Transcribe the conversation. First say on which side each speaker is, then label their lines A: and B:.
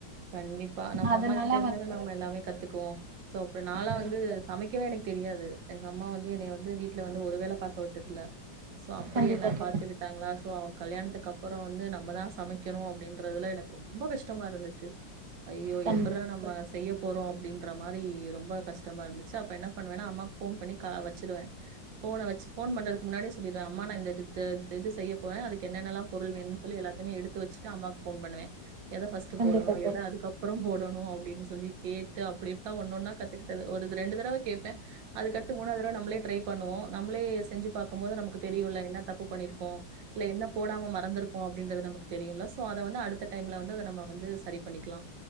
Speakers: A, on the right (about 85°); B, on the right (about 40°).
A: கண்டிப்பா நம்ம
B: அதனால
A: அம்மா கிட்ட இருந்தாலே
B: வந்து
A: நம்ம எல்லாமே கத்துக் போ சோ அப்ப நாளா
B: கண்டிப்பா
A: வந்து சமைக்கவே எனக்கு தெரியாது எங்க அம்மா வந்து என்னை வந்து வீட்டுல வந்து ஒரு வேள பாக்க வுட்டது இல்ல சோ அப்படி
B: கண்டிப்பா
A: என்ன
B: தோழி
A: பாத்துக்கிட்டாங்களா சோ அவு கல்யாணத்துக்கு அப்றோ வந்து நம்ம தா சமைக்கணு அப்டின்றதுல எனக்கு ரொம்ப கஷ்டமா இருந்துச்சு ஐயோ
B: கண்டிப்பா
A: எப்பட்ற நம்ம
B: தோழி
A: செய்ய போறோ அ ப்டின்ற மாரி ரொம்ப கஷ் டமா இருந்துச் அப்ப என்ன பண்வேனா அம்மாக் போன் பண்ணி கா வச்சுருவே போன வச்சு போன் பண்றதுக்கு முன்னாடி சொல்லிடுவே அம்மா நா இந்த இ இது செய்ய போறே அதுக்கு என்னென்னலா பொருள் வேணு சொல எல்லாத்தையுமே எடுத்து வச்சட்டு அம்மாக் போன் பண்ணுவே எத ஃபஸ்ட்டு
B: கண்டிப்பா
A: போடணு
B: தோழி
A: எது அதுக்கப்பறோ போடணு அப்டின்னு சொல்லி கேட் து அப்படி தா ஒன்னு ஒன்ன கத்துக்கிட்டது ஓரு ரெண்டு தடவ கேப்பே அதுக் அடுத்து மூனாத் தடவ நம்மளே ட்ரை பண்ணுவோ நம்மளே செஞ்சு பாக்கும் போது நமக்கு தெரியு ல என்ன தப்பு பண்ணிரு இங்கோ இல்ல என்ன போடாம மறந்திருப்போ அப்டின்றது நமக்கு தெரியலோ சோ அத வந்து அடுத்த டைம்ல வந்து நம்ம வந்து சரி க்லா